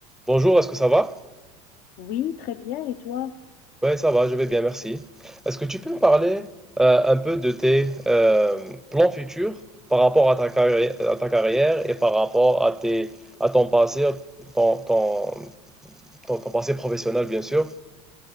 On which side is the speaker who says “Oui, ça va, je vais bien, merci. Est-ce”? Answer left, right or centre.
Centre